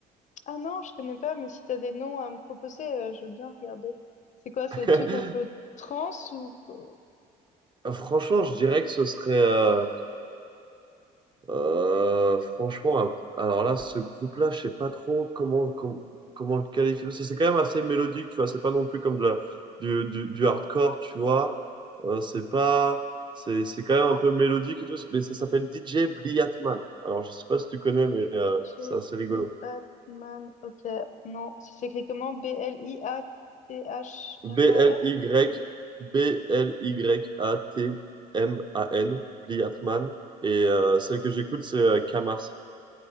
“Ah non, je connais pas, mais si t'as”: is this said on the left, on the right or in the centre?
Left